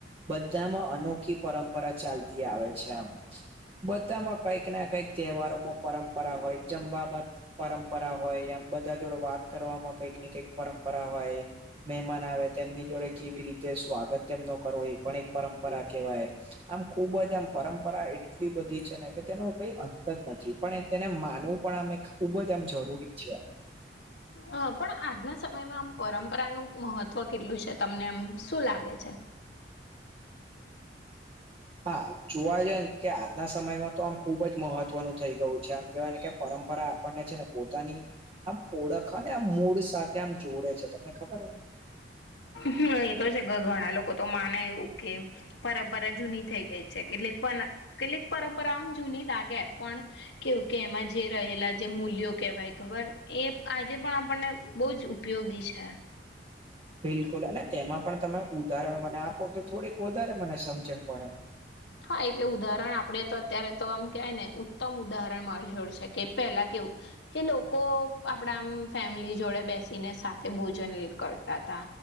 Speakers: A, on the right; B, on the left.
A: બધામાં અનોખી પરંપરા ચાલતી આવે છે, આમ બધામાં કઈક ના કઈક તહેવારોમાં પરંપરા હોય જમવામા પરંપરા હોય એમ બધા જોડે વાત કરવામાં કઈક ને કઈક પરંપરા હોય મહેમાન આવે તેમની જોડે કેવી રીતે સ્વાગત તેમનો કરવો એ પણ એક પરંપરા કેહેવાય આમ ખુબ જ આમ પરંપરાએ એટલી બધી છે, ને કે તેનો કઈ અંત જ નથી પણએ તેને માનવું પણ આમ એક ખૂબ જ આમ જરૂ <inaudible>
B: અ પણ આજના સમયમાં આમ પરંપરાનું મહત્વ કેટલું છે, તમને આમ શું લાગે છે?
A: હા જોવા જાય કે આજના સમયમાં તો આમ ખુબ જ મહત્વનું થઈ ગયું છે, આમ કેવાય ને કે પરંપરા આપણને છે, ને પોતાની આમ ઓળખ અને આમ મૂળ સાથે આમ જોડે છે, તમને ખબર હે
B: હમ એ તો છે, ઘણા આ લોકો તો માને એવું કે પરંપરા જૂની થઈ ગઈ છે, કેટલીક પણ કેટલીક પરંપરા આમ જૂની લાગે પણ કેવું કે એમાં જે રહેલા જે મૂલ્યો કેહેવાય ખબર એ આજે પણ આપણને બો જ ઉ પયોગી છે.
A: બિલકુલ અને તેમાં પણ તમે ઉદાહરણ મને આપો તો થોડીક વધારે મને સમજણ પડે
B: હા એટલે ઉદાહરણ આપડે તો અત્યારે તો આમ કવાયને ઉત્તમ ઉદાહરણ માર જોડ છે, કે પેલા કેવું કે લોકો આપણા આમ ફેમિલી જોડે બેસીને સાથે ભોજન કરતા હતા.